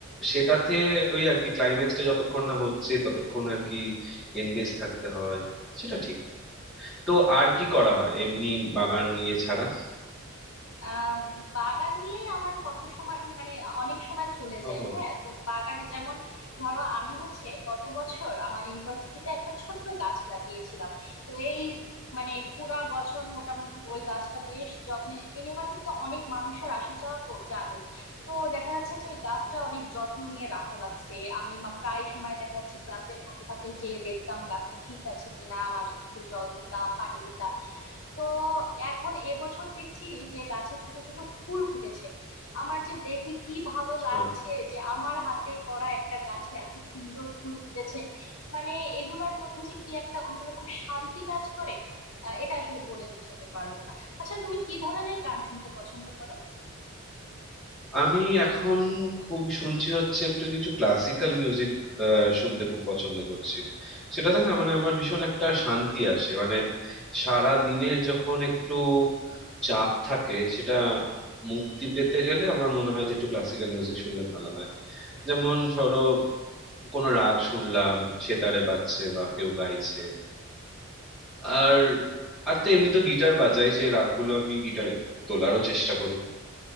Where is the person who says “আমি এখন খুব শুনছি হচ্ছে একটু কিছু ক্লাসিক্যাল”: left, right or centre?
Centre